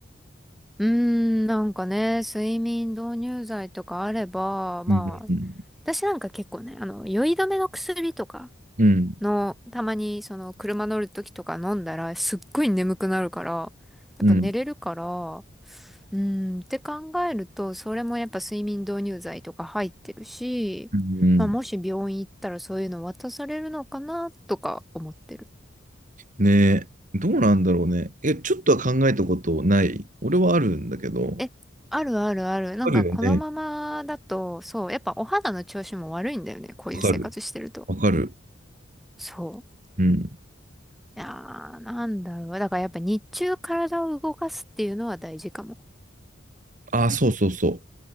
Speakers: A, in the centre; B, on the right.
A: うーん、なんかね、睡眠導入剤とかあれば、まあ、
B: うん。うん。
A: 私なんか結構ね、あの、酔い止めの薬とか
B: うん。
A: の、たまにその、車乗るときとか飲んだら、すっごい眠くなるから、やっぱ寝れるから、
B: うん。
A: うーん、って考えると、それもやっぱ睡眠導入剤とか入ってるし、
B: うん
A: まあ、もし病院行ったらそういうの渡されるのかな、とか思ってる。
B: ねえ。どうなんだろうね。え、ちょっとは考えたことない。俺はあるんだけど。
A: え、あるあるある。なんかこのままだと、
B: あるよね。
A: そう、やっぱお肌の調子も悪いんだよね。こういう生活してると。
B: わかる。わかる。
A: そう。
B: うん。
A: いやー、なんだろう。だからやっぱ日中体を動かすっていうのは大事かも。
B: ああ、そうそうそう。